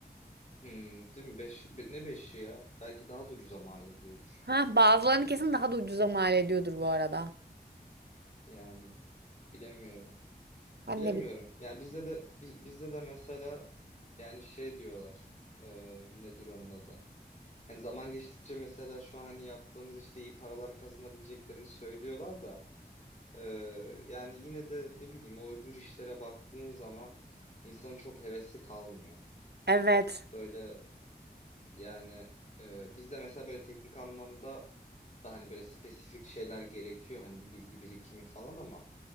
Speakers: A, on the left; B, on the right.
A: Hmm, değil mi? Beş, be- ne beşi ya? Belki daha da ucuza mal ediyordur.
B: Ha, bazılarını kesin daha da ucuza mal ediyordur bu arada.
A: Yani bilemiyorum.
B: Ben
A: Bilemiyorum.
B: de
A: Yani bizde de biz- bizde de mesela yani şey diyorlar. Ee, nedir onun adı? Hani zaman geçtikçe mesela şu an hani yaptığımız işte iyi paralar kazanabileceklerini söylüyorlar da ee, yani yine de ne bileyim o öbür işlere baktığın zaman insanın çok hevesi kalmıyor.
B: Evet.
A: Böyle Yani e, bizde mesela böyle teknik anlamda da hani böyle spesifik şeyler gerekiyor hani bir bilgi birikimi falan ama